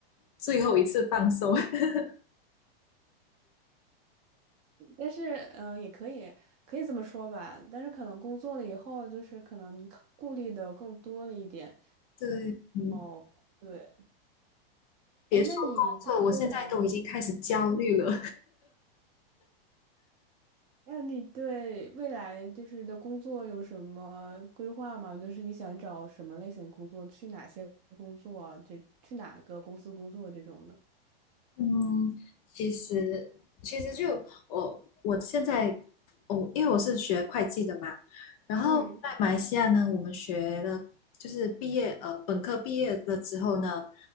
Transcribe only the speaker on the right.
但是嗯、呃也可以可以这么说吧，但是可能工作了以后，就是可能你考顾虑的更多了一点。
哦，对，
哎，那你对未来，
那你对未来就是的工作有什么规划吗？就是你想找什么类型工作，去哪些工作啊，这去哪个公司工作这种的？
嗯